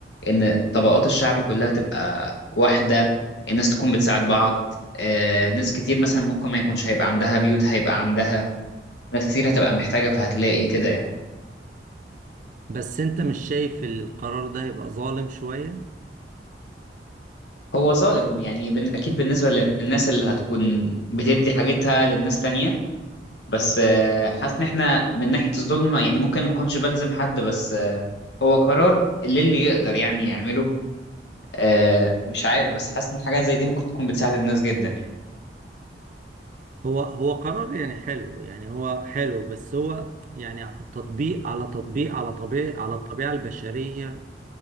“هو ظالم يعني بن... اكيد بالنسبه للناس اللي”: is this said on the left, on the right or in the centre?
Left